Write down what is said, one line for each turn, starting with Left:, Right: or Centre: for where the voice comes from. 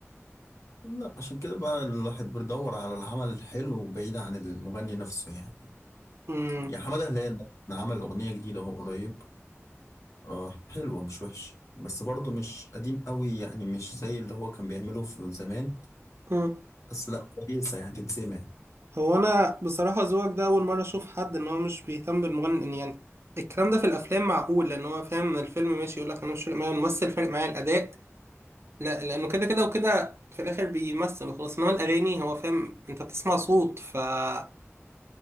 Left: لا عشان كده بقى الواحد بيدور على العمل الحلو بعيد عن المغني نفسه يعني
Right: امم
Left: يا حماده هلال مثلاً عمل اغنيه جديده اهو قريب آه حلوة مش وحش بس برضه مش قديم قوي يعني مش زي اللي هو كان بيعمله في زمان
Right: مم.
Left: بس لا كويسة يعني تتسمع
Right: هو انا بصراحة ذوقك ده اول مرة اشوف حد ان هو مش بيهتم بالمغني إن يعني الكلام ده في الافلام معقول لان هو فاهم ان الفيلم ماشي يقول لك انا مش فارق معايا الممثل فارق معايا الاداء لا لانه كده كده وكده في الاخر بيمثل وخلاص انما الاغاني هو فاهم انت بتسمع صوت فازاي